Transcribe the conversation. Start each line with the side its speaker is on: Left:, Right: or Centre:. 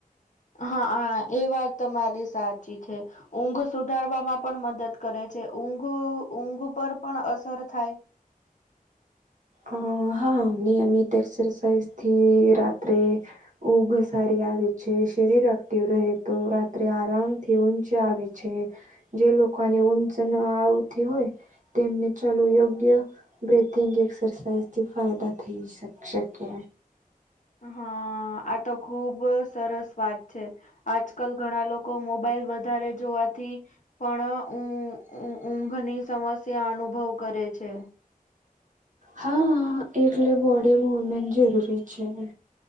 Left: હા હા એ વાત તમારી સાચી છે. ઊંઘ સુધારવામાં પણ મદદ કરે છે ઊંઘ ઊંઘ પર પણ અસર થાય.
Right: અ હા ની અમ એક્સરસાઇઝ થી રાત્રે ઊઘ સારી આવે છે શરીર એક્ટિવ રહે તો રાત્રે આરામથી ઊંચ આવે છે. જે લોકોની ઊંઘ ન આવતી હોય. તેમને ચાલુ યોગ્ય બથિંગ. એક્સરસાઇઝથી ફાયદા થઈ શ શકે.
Left: હા આ તો ખુબ સરસ વાત છે. આજકાલ ઘણા લોકો મોબાઈલ વધારે જોવાથી. પણ ઊંઘ ની સમસ્યા અનુભવ કરે છે.
Right: હા એટલે બોડી મુવમેન્ટ જરૂરી છે ને